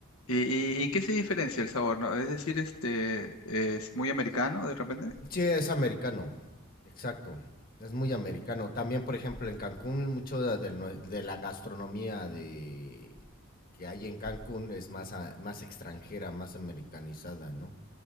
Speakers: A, on the left (about 75°); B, on the left (about 40°).
A: ¿Y, y- y qué se diferencia el sabor, no? Es decir, este, es muy americano de repente.
B: Sí, es americano. Exacto. Es muy americano. También, por ejemplo, en Cancún, mucho de, de- de la gastronomía de que hay en Cancún es más, a- más extranjera, más americanizada, ¿no?